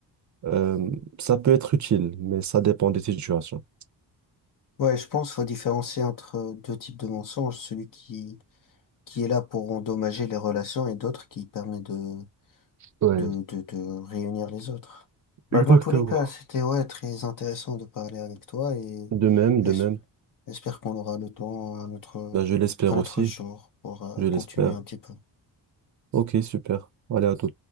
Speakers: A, on the right; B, on the left.
A: euh, ça peut être utile, mais ça dépend des situations.
B: Ouais, Ouais, je pense qu'il faut différencier entre deux types de mensonges, celui qui, qui est là pour endommager les relations et d'autres qui permet de
A: Ouais,
B: de, de, de réunir les autres. Bah,
A: exactement.
B: dans tous les cas, c'était ouais, très intéressant de parler avec toi et
A: De même,
B: j'es-
A: de même.
B: j'espère qu'on aura le temps à notre,
A: Bah, je l'espère
B: à notre
A: aussi.
B: jour pour euh,
A: Je
B: continuer
A: l'espère.
B: un petit peu.
A: Ok, super. Allez, à tout.